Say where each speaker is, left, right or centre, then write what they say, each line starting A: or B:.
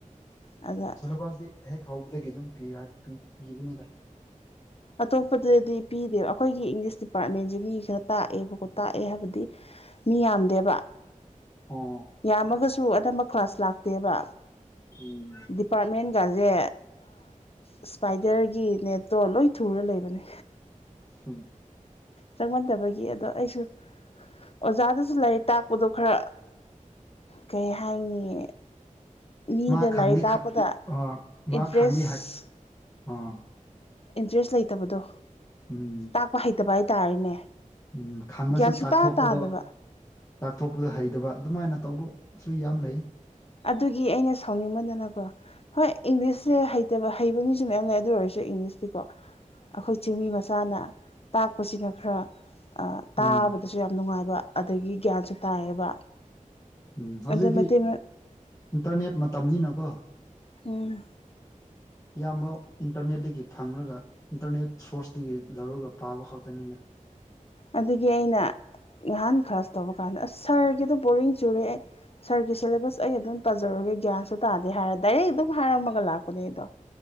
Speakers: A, on the left; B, on the left.
A: ꯑꯗ
B: ꯁꯤꯂꯦꯕꯁꯗꯤ ꯍꯦꯛ ꯍꯧꯕꯗꯒꯤ ꯑꯗꯨꯝ ꯄꯤ ꯄꯤꯕꯅꯤꯗ
A: ꯑꯇꯣꯞꯄꯗꯗꯤ ꯄꯤꯗꯦꯕ ꯑꯩꯈꯣꯏꯒꯤ ꯏꯪꯂꯤꯁ ꯗꯤꯄꯥꯔꯠꯃꯦꯟꯁꯦ ꯃꯤꯒꯤ ꯈꯔ ꯇꯥꯛꯑꯦꯕꯀꯣ ꯇꯥꯛꯑꯦ ꯍꯥꯏꯕꯗꯤ ꯃꯤ ꯌꯥꯝꯗꯦꯕ
B: ꯑꯣ
A: ꯌꯥꯝꯃꯒꯁꯨ ꯑꯅꯝꯕ ꯀ꯭ꯂꯥꯁ ꯂꯥꯛꯇꯦꯕ
B: ꯎꯝ
A: ꯗꯤꯄꯥꯔꯠꯃꯦꯟꯒꯁꯦ ꯏꯁꯄꯥꯏꯗꯔꯒꯤ ꯅꯦꯠꯇꯣ ꯂꯣꯏ ꯊꯨꯔ ꯂꯩꯕꯅꯤ
B: ꯎꯝ
A: ꯆꯪꯃꯟꯗꯕꯒꯤ ꯑꯗꯣ ꯑꯩꯁꯨ ꯑꯣꯖꯥꯗꯨꯁꯨ ꯂꯥꯏꯔꯤꯛ ꯇꯥꯛꯄꯗꯣ ꯈꯔ ꯀꯩ ꯍꯥꯏꯅꯤ ꯃꯤꯗ
B: ꯃꯥ ꯈꯪꯅꯤ
A: ꯂꯥꯏꯔꯤꯛ ꯇꯥꯛꯄꯗ
B: ꯑꯥ ꯃꯥ
A: ꯏꯟꯇꯔꯦꯁ
B: ꯈꯪꯅꯤ ꯑꯥ
A: ꯏꯟꯇ꯭ꯔꯦꯁ ꯂꯩꯇꯕꯗꯣ
B: ꯎꯝ
A: ꯇꯥꯛꯄ ꯍꯩꯇꯕ ꯍꯥꯏꯇꯥꯔꯦꯅꯦ
B: ꯎꯝ ꯈꯪꯉꯁꯨ
A: ꯒ꯭ꯌꯥꯟ ꯁꯨꯇꯥ
B: ꯇꯥꯛꯊꯣꯛꯄꯗꯣ
A: ꯇꯥꯗꯕ
B: ꯇꯥꯛꯊꯣꯛꯄꯗ ꯍꯩꯇꯕ ꯑꯗꯨꯃꯥꯏꯅ ꯇꯧꯕꯁꯨ ꯌꯥꯝ ꯂꯩ
A: ꯑꯗꯨꯒꯤ ꯑꯩꯅ ꯁꯥꯎꯅꯤꯡꯃꯟꯗꯅꯀꯣ꯫ ꯍꯣꯏ ꯏꯪꯂꯤꯁꯁꯦ ꯍꯩꯇꯕ ꯍꯩꯕ ꯃꯤꯁꯨ ꯃꯌꯥꯝ ꯂꯩ ꯑꯗꯨ ꯑꯣꯏꯔꯁꯨ ꯏꯪꯂꯤꯁꯇꯤꯀꯣ꯫ ꯑꯈꯣꯏ ꯆꯤꯡꯃꯤ ꯃꯆꯥꯅ ꯇꯥꯛꯄꯁꯤꯅ ꯈꯔ꯫ ꯇꯥꯕꯗꯁꯨ
B: ꯎꯝ
A: ꯌꯥꯝ ꯅꯨꯡꯉꯥꯏꯕ ꯑꯗꯒꯤ ꯒ꯭ꯌꯥꯟꯁꯨ ꯇꯥꯏꯌꯦꯕ꯫
B: ꯎꯝ ꯍꯧꯖꯤꯛꯇꯤ
A: ꯑꯗ ꯃꯩꯇꯩ
B: ꯏꯟꯇꯔꯅꯦꯠ ꯃꯇꯝꯅꯤꯅꯀꯣ꯫
A: ꯎꯝ꯫
B: ꯏꯌꯥꯝꯕ ꯏꯟꯇꯔꯅꯦꯠꯇꯒꯤ ꯐꯪꯂꯒ ꯏꯟꯇꯔꯅꯦꯠ ꯁꯣꯔꯁꯇꯒꯤ ꯂꯧꯔꯒ ꯄꯥꯕ ꯈꯛꯇꯅꯤꯅ꯫
A: ꯑꯗꯨꯗꯒꯤ ꯑꯩꯅ ꯉꯍꯥꯟ ꯈꯥꯁ ꯇꯧꯕ ꯀꯥꯟꯗ ꯑꯁ ꯁꯥꯔꯒꯤꯗꯣ ꯕꯣꯔꯤꯡ ꯆꯨꯔꯦꯑꯩ꯫ ꯁꯥꯔꯒꯤ ꯁꯤꯂꯦꯕꯁ ꯑꯩ ꯑꯗꯨꯝ ꯄꯥꯖꯔꯨꯔꯒꯦ ꯒ꯭ꯌꯥꯟꯁꯨ ꯇꯥꯗꯦ ꯍꯥꯏꯔ ꯗꯥꯏꯔꯦꯛ ꯑꯗꯨꯝ ꯍꯥꯏꯔꯝꯃꯒ ꯂꯥꯛꯄꯅꯦ ꯑꯗꯣ꯫